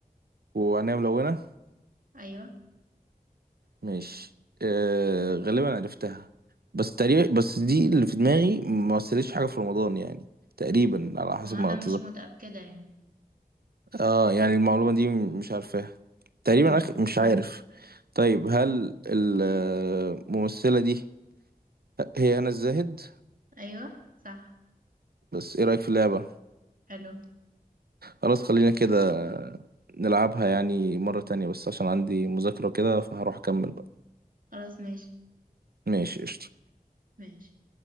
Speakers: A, on the right; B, on the right.
A: وعينيها ملونة
B: ايوه
A: مش أه... غالبا عرفتها بس تقريبا بس دي اللي في دماغي ما مثلتش حاجة في رمضان يعني تقريبا على حسب
B: ما
A: ما
B: انا
A: أتذكر
B: مش متأكدة يعني
A: اه يعني المعلومة دي مش عارفاها تقريبا
B: امم
A: أخ... مش عارف طيب هل الممثلة دي هي هنا الزاهد
B: ايوه صح
A: بس ايه رأيك في اللعبة
B: حلو
A: خلاص خلينا كده نلعبها يعني مرة تانية بس عشان عندي مذاكرة وكده فهروح أكمل بقى
B: خلاص ماشي
A: ماشي قشطة
B: ماشي